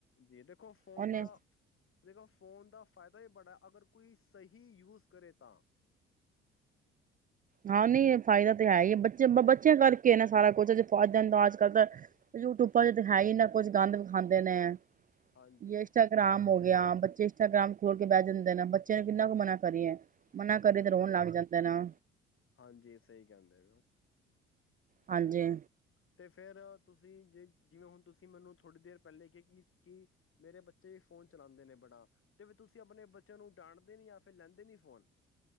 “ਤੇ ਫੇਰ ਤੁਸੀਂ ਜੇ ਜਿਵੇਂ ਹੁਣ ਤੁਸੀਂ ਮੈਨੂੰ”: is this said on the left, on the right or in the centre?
Left